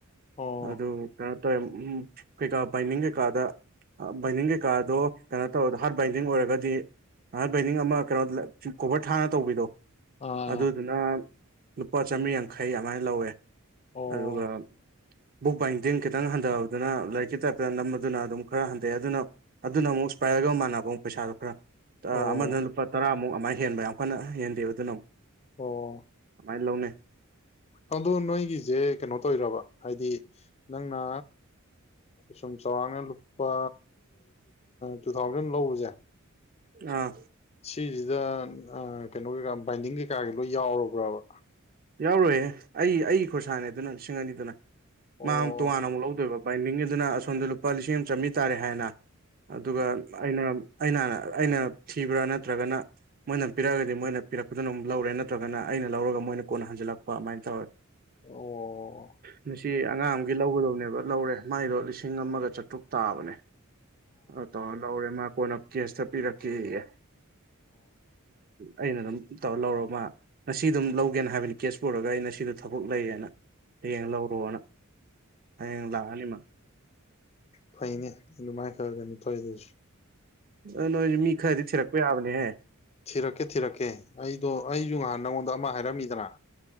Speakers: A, on the left; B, on the right.
A: ꯑꯣ
B: ꯑꯗꯨ ꯀꯩꯅꯣ ꯇꯧꯋꯦ ꯀꯩꯀꯥ ꯕꯥꯏꯅꯤꯡ ꯀꯩꯀꯥꯗ ꯑꯥ ꯕꯥꯏꯅꯤꯡ ꯀꯩꯀꯥꯗꯣ ꯀꯩꯅꯣ ꯇꯧꯔꯗꯣ ꯍꯥꯔꯠ ꯕꯥꯏꯅꯤꯡ ꯑꯣꯏꯔꯒꯗꯤ꯫ ꯅ ꯕꯥꯏꯅꯤꯡ ꯑꯃ ꯀꯩꯅꯣ ꯀꯣꯕꯔ ꯊꯥꯅ ꯇꯧꯕꯤꯗꯣ꯫
A: ꯑꯥ
B: ꯑꯗꯨꯗꯨꯅ ꯂꯨꯄꯥ ꯆꯥꯝꯃꯔꯤ ꯌꯥꯡꯈꯩ ꯑꯗꯨꯃꯥꯏꯅ ꯂꯧꯋꯦ꯫
A: ꯑꯣ
B: ꯑꯗꯨꯒ꯫ ꯕꯨꯛ ꯕꯥꯏꯟꯗꯤꯡ ꯈꯤꯇꯪ ꯍꯟꯊꯕꯗꯨꯅ ꯂꯥꯏꯔꯤꯛꯀꯤ ꯇꯥꯏꯞꯇ ꯅꯝꯕꯥꯗꯨꯅ ꯑꯗꯨꯝ ꯈꯔ ꯍꯟꯊꯩ ꯑꯗꯨꯅ ꯑꯗꯨꯅ ꯑꯃꯨꯛ ꯏꯁꯄ꯭ꯔꯥꯏꯔꯒ ꯃꯥꯟꯅꯕ ꯑꯃꯨꯛ ꯄꯩꯁꯥꯗꯣ ꯈꯔ
A: ꯑꯣ
B: ꯑ ꯑꯃꯗꯨꯅ ꯂꯨꯄꯥ ꯇꯔꯥꯃꯨꯛ ꯑꯃꯥꯏ ꯍꯦꯟꯕ ꯌꯥꯝ ꯀꯟꯅ ꯍꯦꯟꯗꯦꯕ ꯑꯗꯨꯅ ꯑꯃꯨꯛ꯫
A: ꯑꯣ꯫
B: ꯑꯃꯥꯏ ꯂꯧꯅꯩ꯫
A: ꯑꯗꯣ ꯅꯣꯏꯒꯤꯁꯦ ꯀꯩꯅꯣ ꯇꯧꯔꯤꯔꯕ ꯍꯥꯏꯗꯤ ꯅꯪꯅ꯫ ꯁꯨꯝ ꯆꯥꯎꯔꯥꯛꯅ ꯂꯨꯄꯥ ꯇꯨ ꯊꯥꯎꯖꯟ ꯂꯧꯕꯁꯦ꯫
B: ꯑꯥ꯫
A: ꯁꯤꯁꯤꯗ ꯀꯩꯅꯣ ꯀꯩꯀꯥ ꯕꯥꯏꯟꯗꯤꯡ ꯀꯩꯀꯥꯒꯤ ꯂꯣꯏ ꯌꯥꯎꯔꯕ꯭ꯔꯕ꯫
B: ꯌꯥꯎꯔꯣꯏꯍꯦ ꯑꯩ ꯑꯩ ꯈꯣꯔꯁꯥꯅꯦ ꯑꯗꯨꯅ ꯂꯤꯁꯤꯡ ꯑꯅꯤꯗꯨꯅ
A: ꯑꯣ
B: ꯃꯥ ꯇꯣꯉꯥꯟꯅ ꯑꯃꯨꯛ ꯂꯧꯗꯣꯏꯕ꯫ ꯕꯥꯏꯟꯗꯤꯡꯒꯤꯗꯨꯅ ꯑꯁꯣꯝꯗ ꯂꯨꯄꯥ ꯂꯤꯁꯤꯡ ꯑꯃ ꯆꯥꯝꯃꯔꯤ ꯇꯥꯔꯦ ꯍꯥꯏꯔꯦꯅ ꯑꯗꯨꯒ ꯑꯩꯅ ꯑꯩꯅꯍꯟꯅ ꯑꯩꯅ ꯊꯤꯕ꯭ꯔꯥ ꯅꯠꯇ꯭ꯔꯒꯅ ꯃꯣꯏꯅ ꯄꯤꯔꯛꯑꯒꯗꯤ ꯃꯣꯏꯅ ꯄꯤꯔꯛꯄꯗꯨꯅ ꯑꯃꯨꯛ ꯂꯧꯔꯦ ꯅꯠꯇ꯭ꯔꯒꯅ ꯑꯩꯅ ꯂꯧꯔꯒ ꯃꯣꯏꯅ ꯀꯣꯟꯅ ꯍꯟꯖꯤꯜꯂꯛꯄ ꯑꯗꯨꯃꯥꯏꯅ ꯇꯧꯋꯦ꯫
A: ꯑꯣ꯫
B: ꯉꯁꯤ ꯑꯉꯥꯡ ꯑꯃꯒꯤ ꯂꯧꯒꯗꯕꯅꯦꯕ ꯂꯧꯔꯦ ꯃꯥꯏꯗꯣ ꯂꯤꯁꯤꯡ ꯑꯃꯒ ꯆꯥꯇ꯭ꯔꯨꯛ ꯇꯥꯕꯅꯦ꯫ ꯑ ꯇꯧꯔ ꯂꯧꯔꯦ ꯃꯥ ꯀꯦꯟꯅ ꯀꯦꯁꯇ ꯄꯤꯔꯛꯀꯦꯌꯦ꯫ ꯑꯩꯅ ꯑꯗꯨꯝ ꯇꯧꯔ ꯂꯧꯔꯣ ꯃꯥ ꯉꯁꯤ ꯑꯗꯨꯝ ꯒꯦꯟ ꯍꯥꯏꯕꯅꯤ ꯀꯦꯁ ꯄꯨꯔꯒ ꯑꯩꯅ ꯁꯤꯗ ꯊꯕꯛ ꯂꯩꯔꯦꯅ ꯍꯌꯦꯡ ꯂꯧꯔꯣꯅ ꯍꯌꯦꯡ ꯂꯥꯛꯑꯅꯤ ꯃꯥ꯫
A: ꯐꯩꯅꯦ ꯑꯗꯨ ꯃꯥꯥꯏ ꯈꯔ ꯈꯔ ꯀꯩꯅꯣ ꯇꯧꯔꯤꯗꯨꯁꯨ꯫
B: ꯑꯗꯨ ꯅꯣꯏꯁꯨ ꯃꯤ ꯈꯔꯗꯤ ꯊꯤꯔꯛꯄ ꯌꯥꯕꯅꯦꯍꯦ꯫
A: ꯊꯤꯔꯛꯀꯦ ꯊꯤꯔꯛꯀꯦ ꯑꯩꯗꯣ ꯑꯩꯁꯨ ꯅꯍꯥꯟ ꯅꯪꯉꯣꯟꯗ ꯑꯃ ꯍꯥꯏꯔꯝꯃꯤꯗꯅ꫰꫰